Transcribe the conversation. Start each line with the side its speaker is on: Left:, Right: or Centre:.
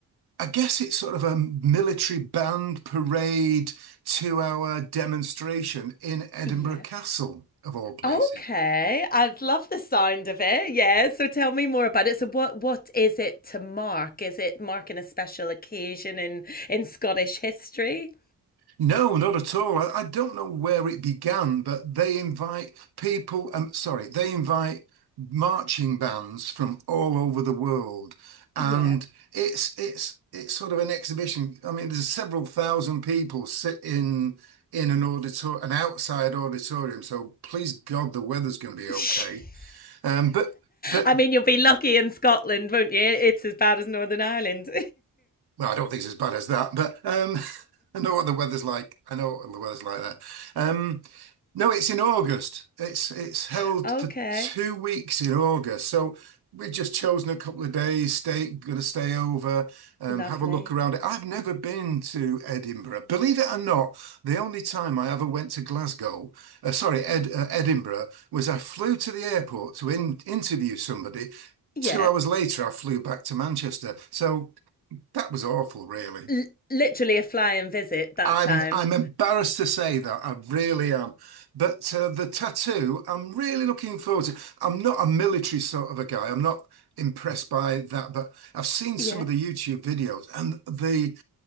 Right: I guess it's sort of a military band parade two-hour demonstration in Edinburgh
Left: Yeah.
Right: Castle, of all places.
Left: Okay. I'd love the sound of it. Yeah. So tell me more about it. So what what is it to mark? Is it marking a special occasion in in Scottish history?
Right: No, not at all. I, I don't know where it began, but they invite people, um, sorry, they invite marching bands from all over the world. And
Left: Yeah.
Right: it's it's it's sort of an exhibition. I mean, there's several thousand people sit in in an auditor an outside auditorium. So please God, the weather's going to be
Left: <laughs>
Right: okay. Um, but but
Left: I mean, you'll be lucky in Scotland, won't you? It's as bad as Northern Ireland.
Right: well, I don't think it's as bad as that. But um, I know what the weather's like. I know what the weather's like there. Um, no, it's in August. It's it's held
Left: <laughs> Okay.
Right: for two weeks in August. So we've just chosen a couple of days, stay gonna stay over, um,
Left: Lovely.
Right: have a look around it. I've never been to Edinburgh. Believe it or not, the only time I ever went to Glasgow, uh, sorry, Ed, uh, Edinburgh, was I flew to the airport to in, interview somebody.
Left: Yeah.
Right: Two hours later, I flew back to Manchester. So that was awful, really.
Left: L- literally a flying visit that
Right: I'm
Left: time.
Right: I'm embarrassed to say that I really am, but uh, the tattoo I'm really looking forward to. I'm not a military sort of a guy. I'm not impressed by that, but I've seen
Left: Yeah.
Right: some of the YouTube videos and the